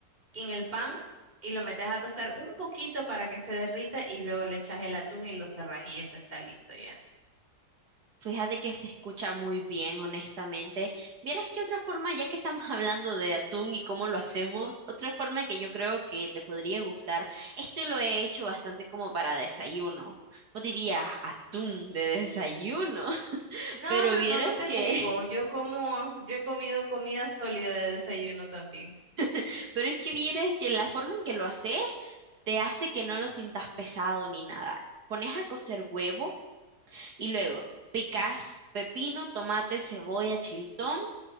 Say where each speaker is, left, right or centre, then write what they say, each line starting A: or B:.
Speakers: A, on the right; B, on the right.
A: en el pan y lo metes a tostar un poquito para que se derrita y luego le echas el atún y lo cerras y eso está listo ya.
B: Fíjate que se escucha muy bien, honestamente. Vieras que otra forma, ya que estamos <laughs> hablando de atún y cómo lo hacemos, otra forma que yo creo que te podría gustar, esto lo he hecho bastante como para desayuno. Vos dirías atún de desayuno, <laughs>
A: No,
B: pero
A: no,
B: vieras
A: no, no te
B: que,
A: juzgo. Yo como, yo he comido comida sólida de desayuno también.
B: <laughs> pero es que vieras que la forma en que lo haces te hace que no lo sintas pesado ni nada. Pones a cocer huevo y luego picas pepino, tomate, cebolla, chiltón.